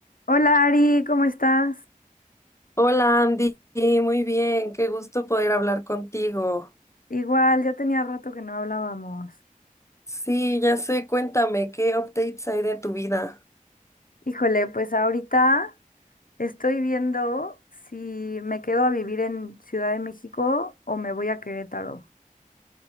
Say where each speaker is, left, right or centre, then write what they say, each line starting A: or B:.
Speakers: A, on the left; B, on the left.
A: Hola Ari, ¿cómo estás?
B: Hola Andy, muy bien, qué gusto poder hablar contigo.
A: Igual, ya tenía rato que no hablábamos.
B: Sí, ya sé, cuéntame, ¿qué updates hay de tu vida?
A: Híjole, pues ahorita estoy viendo si me quedo a vivir en Ciudad de México o me voy a Querétaro.